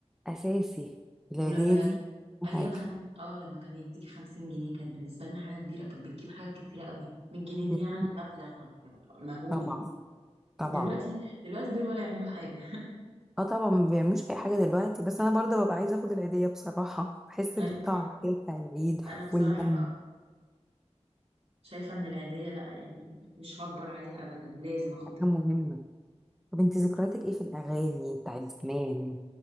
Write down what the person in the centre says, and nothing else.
أساسي العيدية
دي
حاجة
مم.
طبعا طبعا
اه طبعا ما بيعملوش أي حاجة دلوقتي بس أنا برضه ببقى عايزة أخد العيدية بصراحة بحس
بالطعم كده بتاع العيد
واللم
حاجة مهمة طب انت ذكرياتك ايه في الأغاني بتاعت زمان